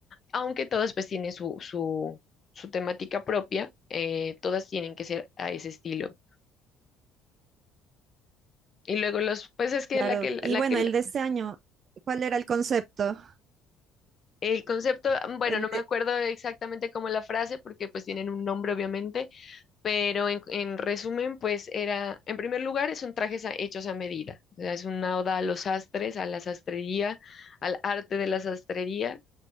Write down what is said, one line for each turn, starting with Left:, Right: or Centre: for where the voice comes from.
Left: aunque todas pues tienen su, su, su temática propia, eh, todas tienen que ser a ese estilo. Y luego los, pues es que
Right: Claro.
Left: la que,
Right: Y
Left: la
Right: bueno,
Left: que,
Right: el de este año, ¿cuál era el concepto?
Left: el concepto, bueno,
Right: El
Left: no
Right: de,
Left: me acuerdo exactamente cómo la frase, porque pues tienen un nombre obviamente, pero en, en resumen, pues era, en primer lugar, son trajes a- hechos a medida, o sea, es una oda a los sastres, a la sastrería, al arte de la sastrería,